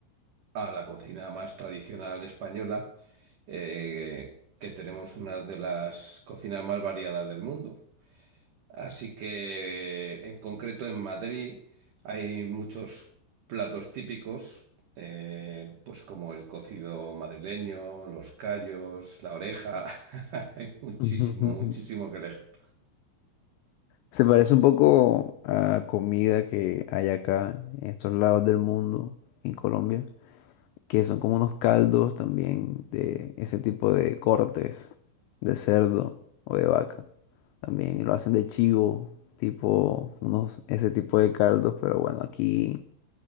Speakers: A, on the right (about 85°); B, on the left (about 85°).
A: a la cocina más tradicional española, eh, que tenemos una de las cocinas más variadas del mundo. Así que, en concreto, en Madrid hay muchos platos típicos, eh, pues como el cocido madrileño, los callos, la oreja. <laughs> Hay
B: <laughs>
A: muchísimo,
B: Ujú, ujú, ujú.
A: muchísimo que elegir.
B: Se parece un poco a comida que hay acá en estos lados del mundo, en Colombia, que son como unos caldos también de ese tipo de cortes de cerdo o de vaca. También lo hacen de chivo, tipo unos, ese tipo de caldos, pero bueno, aquí.